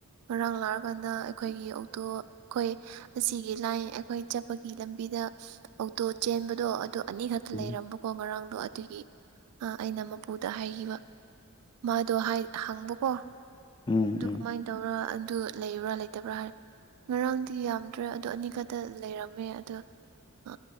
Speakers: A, on the right (about 85°); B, on the left (about 20°).
A: ꯉꯔꯥꯡ ꯂꯥꯛꯑꯀꯥꯟꯗ ꯑꯩꯈꯣꯏꯒꯤ ꯑꯣꯇꯣ ꯑꯩꯈꯣꯏ ꯑꯁꯤꯒꯤ ꯂꯥꯏꯟ ꯑꯩꯈꯣꯏ ꯆꯠꯄꯒꯤ ꯂꯝꯕꯤꯗ ꯑꯣꯛꯇꯣ ꯆꯦꯟꯕꯗꯣ ꯑꯗꯣ ꯑꯅꯤꯈꯛꯇ
B: ꯎꯝ
A: ꯂꯩꯔꯝꯕꯀꯣ ꯉꯔꯥꯡꯗꯣ ꯑꯗꯨꯒꯤ ꯑ ꯑꯩꯅ ꯃꯄꯨꯗ ꯍꯥꯏꯈꯤꯕ ꯃꯥꯗꯣ ꯍꯥꯏ ꯍꯪꯕꯀꯣ
B: ꯎꯝ
A: ꯑꯗꯨ
B: ꯎꯝ
A: ꯀꯃꯥꯏꯅ ꯇꯧꯔꯒ ꯑꯗꯨ ꯂꯩꯕ꯭ꯔꯥ ꯂꯩꯇꯕ꯭ꯔꯥ ꯍꯥꯏ ꯉꯔꯥꯡꯗꯤ ꯌꯥꯝꯗ꯭ꯔꯦ ꯑꯗꯣ ꯑꯅꯤ ꯈꯛꯇ ꯂꯩꯔꯝꯃꯦ ꯑꯗꯣ ꯑ